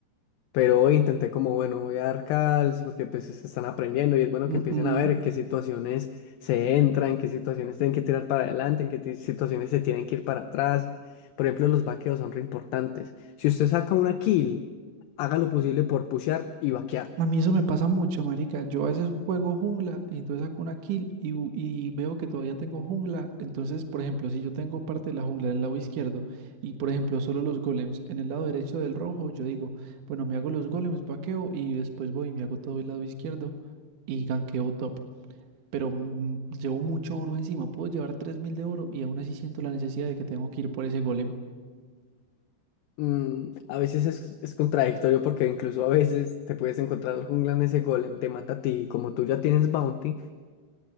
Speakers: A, on the left; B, on the right.
A: Pero hoy intenté como, bueno, voy a dar calls porque pues se están aprendiendo y es bueno
B: <laughs>
A: que empiecen a ver en qué situaciones se entra, en qué situaciones tienen que tirar para adelante, en qué ti- situaciones se tienen que ir para atrás. Por ejemplo, los vaqueos son re importantes. Si usted saca una kill, haga lo posible por pushear y vaquear.
B: A mí eso me pasa mucho, marica. Yo a veces juego jungla y entonces saco una kill y, u- y veo que todavía tengo jungla. Entonces, por ejemplo, si yo tengo parte de la jungla en el lado izquierdo y, por ejemplo, solo los golems en el lado derecho del rojo, yo digo, bueno, me hago los golems, vaqueo y después voy y me hago todo el lado izquierdo y ganqueo top. Pero mm, llevo mucho oro encima. Puedo llevar 3.000 de oro y aún así siento la necesidad de que tengo que ir por ese golem.
A: Mm, a veces es, es contradictorio porque incluso a veces te puedes encontrar al jungla en ese golem, te mata a ti y como tú ya tienes bounty,